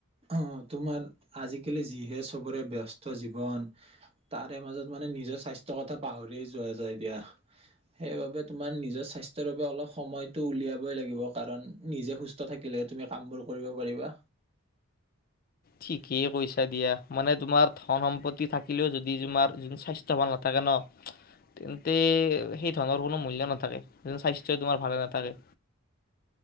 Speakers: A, on the right (about 25°); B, on the left (about 45°).
A: অ' তোমাৰ আজিকালি যিহে সবৰে ব্যস্ত জীৱন তাৰে মাজত মানে নিজৰ স্বাস্থ্যৰ কথা পাহৰিয় যোৱা যায় দিয়া সেইবাবে তোমাৰ নিজৰ স্বাস্থ্যৰ বাবে অলপ সময়তটো উলিয়াবই লাগিব কাৰণ নিজে সুস্থ থাকিলেহে তুমি কামবোৰ কৰিব পাৰিবা
B: ঠিকেই কৈছা দিয়া মানে তোমাৰ ধন সম্পত্তি থাকিলেও যদি তোমাৰ যোন স্বাস্থ্য ভাল নাথাকে ন তেন্তে সেই ধনৰ কোনো মূল্য নাথাকে যোন স্বাস্থ্যই তোমাৰ ভালে নাথাকে।